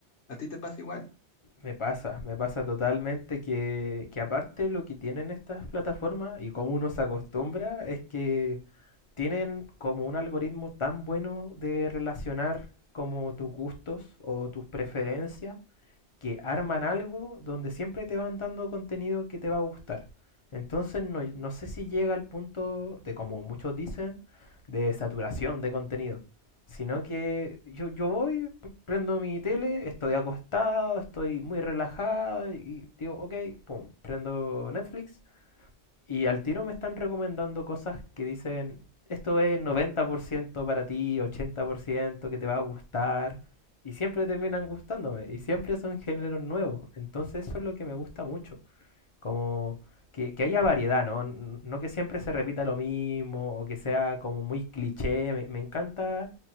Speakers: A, on the left; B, on the left.
A: ¿A ti te pasa igual?
B: me pasa, me pasa totalmente que, que aparte lo que tienen estas plataformas y cómo uno se acostumbra es que tienen como un algoritmo tan bueno de relacionar como tus gustos o tus preferencias que arman algo donde siempre te van dando contenido que te va a gustar. Entonces no, no sé si llega al punto de, como muchos dicen, de saturación de contenido. Sino que yo, yo voy, p- prendo mi tele, estoy acostado, estoy muy relajado y digo, ok, pum, prendo Netflix y al tiro me están recomendando cosas que dicen, esto es 90% para ti, 80% que te va a gustar. Y siempre terminan gustándome. Y siempre son géneros nuevos. Entonces eso es lo que me gusta mucho. Como que, que haya variedad, ¿no? N- No que siempre se repita lo mismo o que sea como muy cliché. Me, me encanta